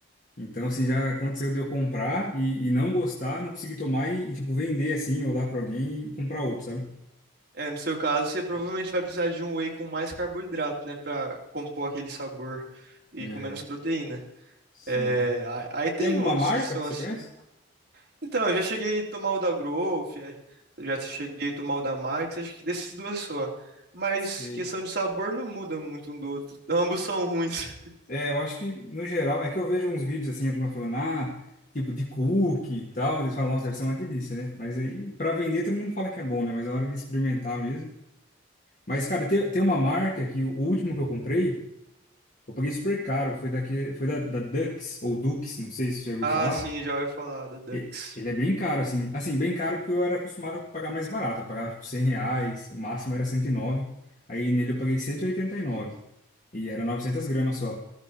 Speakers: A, on the left; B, on the right.
A: Então, assim, já aconteceu de eu comprar e, e não gostar, não conseguir tomar e, e, tipo, vender assim, ou dar pra alguém e comprar outro, sabe?
B: É, no seu caso, você provavelmente vai precisar de um whey com mais carboidrato, né, para compor aquele sabor e
A: É,
B: com menos proteína.
A: sim.
B: É, a- aí tem
A: Tem alguma
B: uns
A: marca
B: que são
A: que você
B: assim.
A: conhece?
B: Então, eu já cheguei a tomar o da Growth, é, já cheguei a tomar o da Max, acho que desses duas só. Mas
A: Sim.
B: questão de sabor não muda muito um do outro. <laughs> Ambos são ruins. <laughs>
A: É, eu acho que, no geral, é que eu vejo uns vídeos assim, a turma falando, ah, tipo, de cookie e tal. Eles falam, nossa, deve ser uma delícia, né? Mas aí, pra vender, todo mundo fala que é bom, né? Mas é hora de experimentar mesmo. Mas, cara, tem, tem uma marca que o último que eu comprei. Eu paguei super caro, foi daqui, foi da, da Dux, ou Dux, não sei se você já ouviu
B: Ah,
A: falar.
B: sim, já ouvi falar da Dux.
A: E- Ele é bem caro, assim. Assim, bem caro porque eu era acostumado a pagar mais barato. Eu pagava, tipo, 100 reais, o máximo era 109. Aí nele eu paguei cento E oitenta e e nove E era 900 gramas só.